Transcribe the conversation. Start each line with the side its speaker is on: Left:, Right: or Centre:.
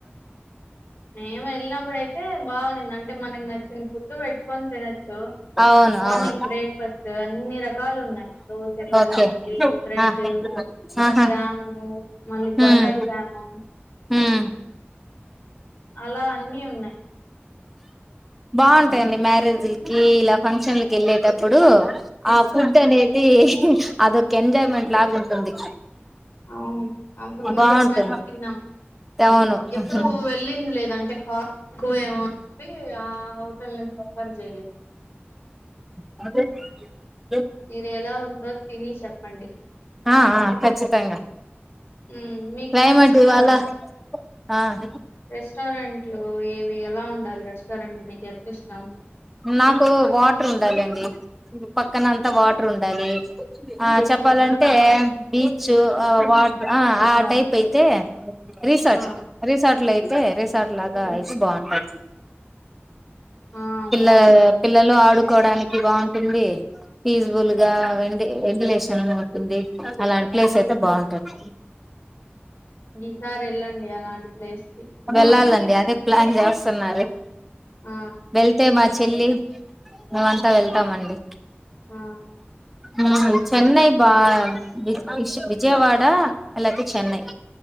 Left: మేం ఎళ్ళినప్పుడుయితే బాగుంనింది. అంటే మనకి నచ్చిన ఫుడ్టు పెట్టుకొని తినచ్చు.
Centre: అవును
Left: మార్నింగ్
Centre: అవును
Left: బ్రేక్ఫస్ట్ అన్ని రకాలు ఉన్నాయి. దోశలు,
Centre: ఓకే
Left: ఇడ్లీ, బ్రెడ్,
Centre: ఆ ఆహా
Left: జాము మళ్ళీ బటర్
Centre: ఉమ్
Left: జాము.
Centre: ఉమ్
Left: అలా అన్ని ఉన్నాయి.
Centre: బాగుంటయండి మ్యారేజ్ల్కి ఇలా ఫంక్షన్లకి ఎళ్ళేటప్పుడూ ఆ ఫుడ్ అనేది అదొక్ ఎంజాయ్మెంట్ లాగుంటుంది.
Left: అవును. అప్పుడు
Centre: బాగుంటుంది
Left: నచ్చినట్టు తిన్నాం.
Centre: అవును
Left: ఎప్పుడూ
Centre: ఉమ్
Left: వెళ్ళింది లేద్ అంటే పా ఎక్కువేమో అని చెప్పి ఆ హోటల్ నుంచి ప్రిఫర్ చేయలే.
Centre: అదే
Left: మీరెలా ఉందో తిని చెప్పండి.
Centre: ఆ ఆ ఖచ్చితంగా
Left: మ్ మీకు
Centre: క్లైమేట్
Left: నచ్చినా
Centre: ఇవాళ ఆ
Left: రెస్టారెంట్ ఇట్లో ఏవి ఎలా ఉండాలి రెస్టారెంట్ మీకు ఎంత ఇష్టం
Centre: నాకు వాటర్ ఉండాలండి. పక్కన అంతా
Left: హ్మ్.
Centre: వాటర్ ఉండాలీ. ఆ చెప్పాలంటే
Left: అయితే
Centre: బీచ్ ఆ వాట్ ఆ ఆ టైప్ అయితే అ రీసెర్చ్
Left: ఆ!
Centre: రిసార్ట్లో అ వేరే సార్లాగా
Left: హ్మ్.
Centre: అయితే బాగుంటది
Left: ఆ! బావుంటుంది.
Centre: ఆ పిల్లలు ఆడుకోవడాన్ మీకి బాగుంటుంది ఫీజ్బుల్ గా వె వెంటిలేషన్ ఉంటుంది అలాంటి ప్లేస్ అయితే బాగుంటాది
Left: ఈసారి వెళ్ళండి అలాంటి ప్లేస్ కి బాగుంటుంది
Centre: వెళ్ళాలండి అదే ప్లాన్ చేస్తున్నారు
Left: ఆ
Centre: వెళ్తే మా చెల్లి మేమంతా వెళ్తామండి
Left: ఆ
Centre: ఉమ్ చెన్నై బా వి వి విజయవాడ అలాపోతే చెన్నై